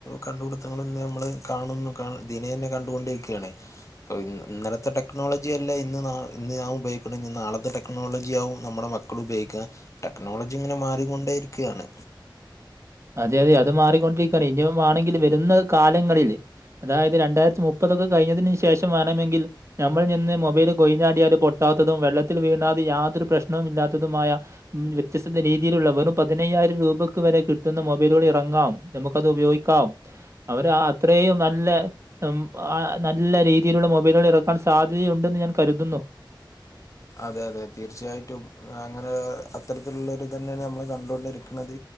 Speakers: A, on the left; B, on the right.
A: കണ്ടുപിടുത്ത കാണുന്നു നമ്മള് കാണുന്നു ദിനേന കണ്ടുകൊണ്ടിരിക്കുകയാണ് പ്പൊ ഇന്നലത്തെ ടെക്നോളജി അല്ല ഇന്ന് ഇന്ന് ഞാൻ ഉപയോഗിക്കണ ഇന്ന് നാളത്തെ ടെക്നോളജിയ ആവും നമ്മുടെ മക്കൾ ഉപയോഗിക്ക ടെക്നോളജി ഇങ്ങനെ മാറികൊണ്ടേ ഇരിക്കയാണ്
B: അതെ അതെ അത് മാറിക്കൊണ്ടിരിക്കയാണ് ഇനിയ വാണെങ്കിൽ വരുന്ന കാലങ്ങളില് അതായത് രണ്ടായിരത്തി മുപ്പതൊക്കെ കഴിഞ്ഞതിന് ശേഷമാണ് ണങ്കിൽ നമ്മൾ നിന്ന് മൊബൈൽ കൊഴിഞ്ഞാടിയാല് പൊട്ടാത്തതും വെള്ളത്തിൽ വീണാതെ യാതൊരു പ്രശ്നവും ഇല്ലാത്തതുമായ ഉം വ്യത്യസ്തത രീതിയിലുള്ള വെറും പതിനയ്യായിരം രൂപയ്ക്ക് വരെ കിട്ട് കിട്ടുന്ന മൊബൈലുകൾ ഇറങ്ങാം നമുക്കത് ഉപയോഗിക്കാം അവര് അത്രേയും നല്ല ആ നല്ല രീതി രീതിയിലുള്ള മൊബൈലുകളൊക്കെ ഇറക്കാൻ സാധ്യതയുണ്ടെന്ന് ഞാൻ കരുതുന്നു
A: അതെ അതെ തീർച്ചയായിട്ടും അങ്ങനെ അത്തരത്തിലുള്ളൊര് ഇതന്നെയാണ് നമ്മള് കണ്ടോണ്ടിരിക്ക്ണത്